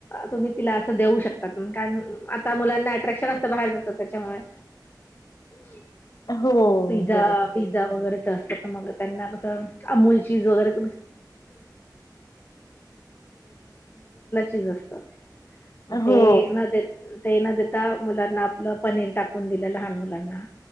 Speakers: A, on the left (about 30°); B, on the left (about 55°).
A: तुम्ही तिला असं देऊ शकतात कारण आता मुलांना अट्रॅक्शन असतं बाहेर जातं त्याच्यामुळे ह
B: हो
A: झा
B: बरोबर.
A: पिझ्झा वगैरेच असतात तर मग त्यांना कसं अमूल त्या ते
B: हो
A: न ते न देता मुलांना आपलं पनीर टाकून दिलं लहान मुलांना